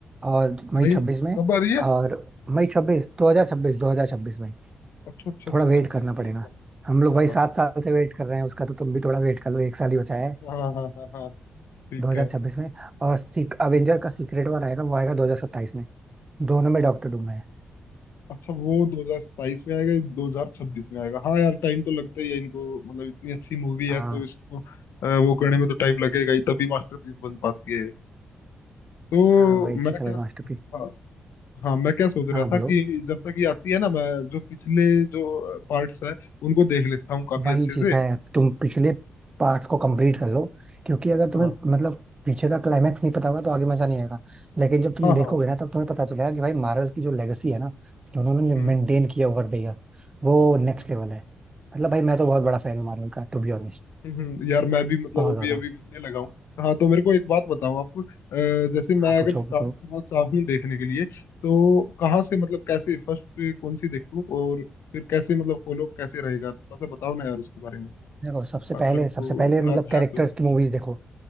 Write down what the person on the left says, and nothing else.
मई
कब आ रही है
अच्छा अच्छा अच्छा
छब्बीस
मई को। अच्छा
हाँ हाँ हाँ हाँ हाँ, ठीक
है
अच्छा वो दो हजार सताइस में आएगा दो हजार छब्बीस में आएगा हाँ यार टाइम तो लगता ही है इनको मतलब इतनी अच्छी मूवी है
तो इसको अ, वो करने में तो टाइम लगेगा ही तभी मास्टरपीस बन पाती है तो
मैं
क्या
हाँ हाँ मैं क्या सोच
रहा
था कि जब तक ये आती है ना मैं जो पिछले जो पार्ट्स है उनको देख लेता हूँ काफी
अच्छे
से
हाँ
हाँ
हाँ
हम्म
हम्म,
हम्म, हम्म, यार मैं भी मतलब
अभी
अभी बनने लगा हूँ हाँ तो मेरे को एक बात बताओ आप अ, जैसे मैं
अगर
स्टार्ट
करना चाहूँ देखने के लिए तो कहाँ से मतलब कैसे फर्स्ट कौन सी देखूँ और फिर कैसे मतलब फॉलो कैसे रहेगा थोड़ा सा बताओ ना यार इसके बारे में
अगर
आपको
याद
है तो